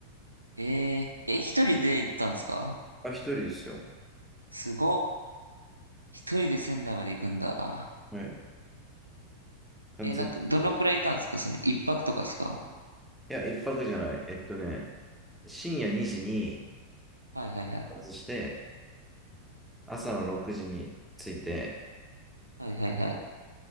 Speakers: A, on the right (about 80°); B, in the centre.
A: えええ、一人で行ったんすか
B: あ、一人ですよ。
A: すごっ。一人で仙台まで行くんだ。
B: はい。完全に一人。
A: え、なんか、どのくらいいたんですかその一泊とかですか
B: いや、一泊じゃない。えっとね、深夜2時に
A: はいはいはい。
B: 出発して、朝の6時に着いて、
A: はいはいはい。